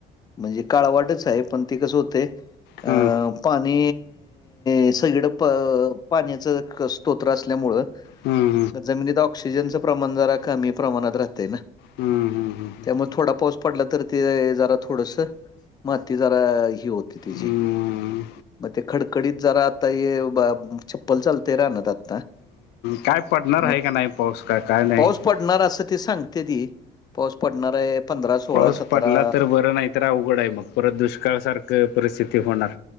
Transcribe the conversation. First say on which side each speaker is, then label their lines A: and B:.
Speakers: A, on the left; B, on the left.
A: म्हणजे काळवाटच हाय, पण ते कसं होतय अ.
B: हम्म
A: पाणी ई सगळीकड प पाण्याचं स्तोत्र असल्यामुळं
B: हम्म हम्म हम्म
A: जमिनीत ऑक्सिजनचं प्रमाण जरा कमी प्रमाणात राहते ना.
B: हम्म, हम्, हम्,
A: त्यामुळे
B: ह
A: थोडा पाऊस पडला तर ते जरा थोडस, माती जरा ही होते तिची.
B: हम्म
A: मग ते खडकडीत जरा आता हे चप्पल चालते रानात आता.
B: काय पडणार आहे
A: मग
B: का नाही पाऊस का काय नाही
A: पाऊस पडणार असं ते सांगते ती, पाऊस पडणार आहे. पंधरा सोळा
B: पाऊस
A: सतरा
B: पडला तर बरं नाही तर अवघड आहे मग परत दुष्काळ सारखं परिस्थिती होणार.